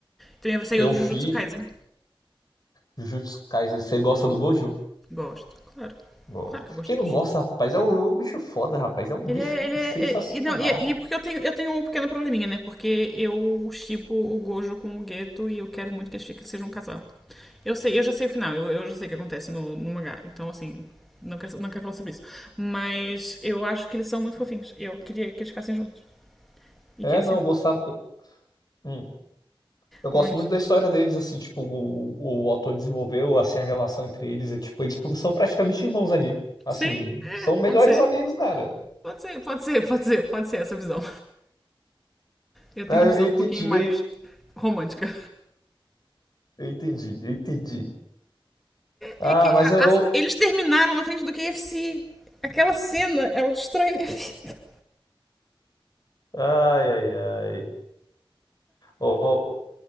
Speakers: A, in the centre; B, on the left.
A: Também saiu
B: Eu
A: do
B: vi
A: Jujutsu Kaisen.
B: Jujutsu Kaisen. Você gosta do Gojo?
A: Gosto, claro.
B: Gosto.
A: Claro que eu gosto
B: Quem
A: do
B: não
A: Jujutsu.
B: gosta, rapaz, é um, é um bicho foda, rapaz. É um bicho
A: Ele é. Ele é,
B: sensacional.
A: é- e, não, e, e porque eu tenho, eu tenho um pequeno probleminha, né? Porque eu shippo o Gojo com o Geto e eu quero muito que eles fiquem- sejam um casal. Eu sei, eu já sei o final, eu, eu já sei o que acontece no, no mangá. Então, assim, não quero, não quero falar sobre isso. Mas eu acho que eles são muito fofinhos. Eu queria que eles ficassem juntos. E
B: É,
A: que eles
B: não,
A: se.
B: eu gostava. Eu, hum. Eu gosto
A: Mas.
B: muito da história deles, assim, tipo, o, o autor desenvolveu, assim, a relação entre eles. É, tipo, eles são praticamente irmãos ali. Assim,
A: Sim, é,
B: são melhores
A: pode ser.
B: amigos, cara.
A: Pode ser, pode ser, pode ser, pode ser essa visão. Eu
B: Ah,
A: tenho uma
B: eu
A: visão
B: eu entendi,
A: um pouquinho mais
B: eu,
A: romântica.
B: eu entendi, eu entendi. Ah,
A: É que
B: mas
A: a-
B: eu.
A: a- eles terminaram na frente do KFC. Aquela cena, ela destrói minha vida.
B: Ai, ai, ai. Oh,